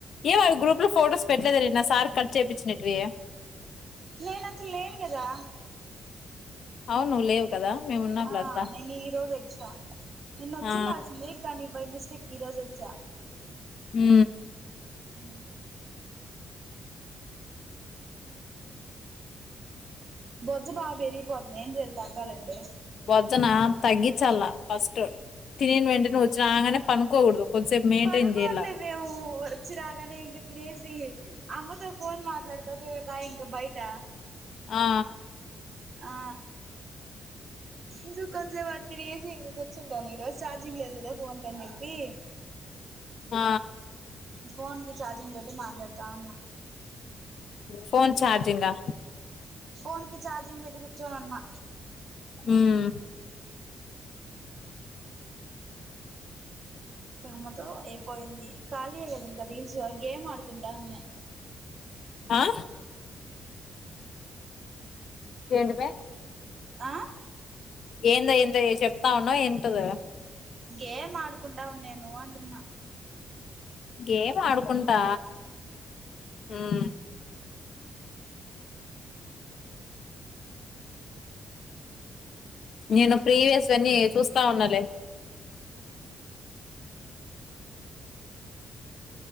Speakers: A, on the left; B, on the right.
A: ఏవాడు గ్రూప్ లో ఫోటోస్ పెట్టలేదే నిన్న సార్ కట్ చేపిచ్చినేటివి
B: నేను అసలు లేను కదా
A: అవును లేవు కదా మేము ఉన్నాంలే
B: ఆ
A: అంతా
B: నేను ఈ రోజు వచ్చా నేను వచ్చిండాల్సింది
A: ఆ
B: కానీ బై మిస్ చిక్ ఈ రోజు వచ్చా
A: ఊ
B: ఊ బొజ్జ బా పెరిగిపో నేం చేయాలి తగ్గాలంటే
A: వొజ్జన తగ్గించాల ఫస్ట్ తినిన వెంటనే వచ్చి రాంగానే పనుకోకూడదు కొద్దిసేపు మెయింటైన్
B: పనుకోట్లేదే
A: చేయాల
B: ఊ వచ్చి రాగనే ఇంక తినేసి సిఅమ్మతో ఫోన్ మాట్లాడతా తిరగతా ఇంక బయట
A: ఆ
B: ఆ ఇంక కొంచెం అట్ తిరిగేసి ఇంకా కుర్చుంటాను ఈ రోజు చార్జింగ్ లేదు కదా ఫోన్ కని చెప్పి
A: ఆ
B: ఫోన్ కి చార్జింగ్ పెట్టీ మా మాట్లాడతా ఉన్న
A: ఫోన్ చార్జింగ్ గా
B: ఫోన్ కి చార్జింగ్ పెట్టి కూర్చో ఉన్నా
A: ఉమ్
B: కమ్మతో అయిపోయింది ఖాళీ ఏ కదా ఇంకా రీల్స్ గేమ్ ఆడుకుంటా <unintelligible>
A: ఆ ఏంటి మే
B: ఆ
A: ఏందో ఏదో ఏ చెప్తా <unintelligible>
B: గేమ్ ఆడు కుంటా ఉన్నేను అంటున్నా
A: గేమ్ ఆడుకుంటా మ్మ్ నేను ప్రీవియస్ అన్నీ చూస్తా ఉన్నాలే